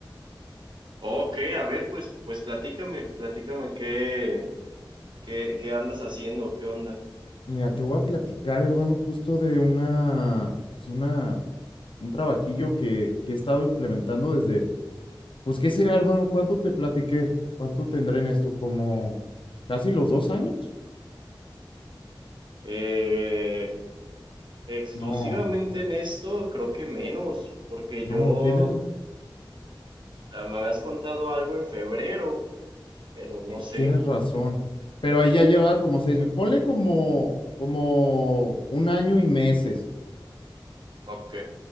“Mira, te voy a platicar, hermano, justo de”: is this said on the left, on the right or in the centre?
Left